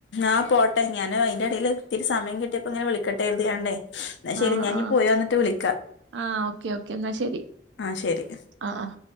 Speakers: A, on the left; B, on the right.
A: ആ പോട്ടെ ഞാന് അയിന്റെ എടയിൽ ഇത്തിരി സയമം കിട്ടിയപ്പോ ഇങ്ങനെ വിളിക്കട്ട കരുതിയണ്ടേ എന്ന ശെരി
B: ആഹ്
A: ഞാന്
B: ആഹ്
A: ഇനി പോയി വന്നിട്ട് വിളിക്കാം
B: ആഹ് ഓക്കെ ഓക്കെ എന്നാ ശരി
A: ആഹ് ശരി.
B: ആഹ്